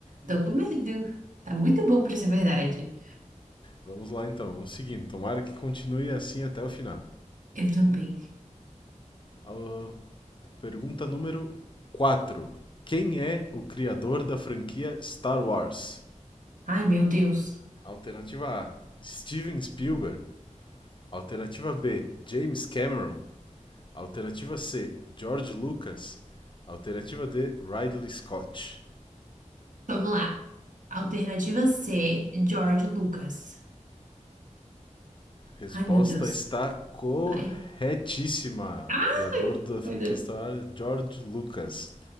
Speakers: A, on the right; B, on the left.
A: Tô com medo. Tá muito bom pra ser verdade.
B: Vamos lá então, vamos seguindo. Tomara que continue assim até o final.
A: Eu também.
B: A pergunta número 4. Quem é o criador da franquia Star Wars?
A: Ai, meu Deus.
B: Alternativa A, Steven Spielberg. Alternativa B, James Cameron. Alternativa C, George Lucas. Alternativa D, Ridley Scott.
A: Vamos lá. Alternativa C, George Lucas.
B: Resposta
A: Ai, meu Deus.
B: está corretíssima.
A: Ai. Ai,
B: Criador da
A: coisa.
B: franquia Star Wars, George Lucas.